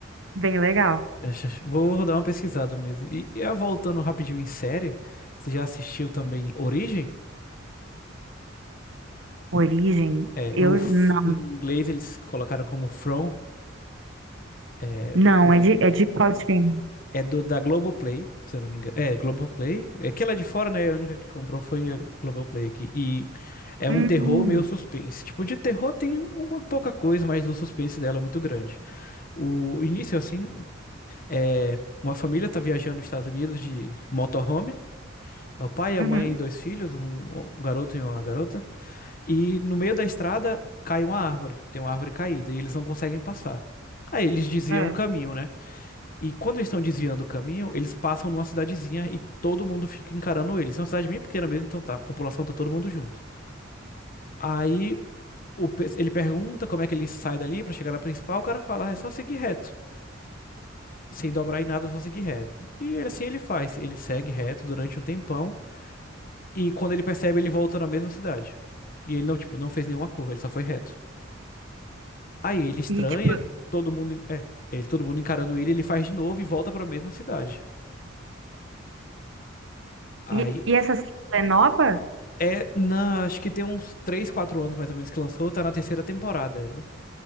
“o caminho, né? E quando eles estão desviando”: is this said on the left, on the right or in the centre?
Left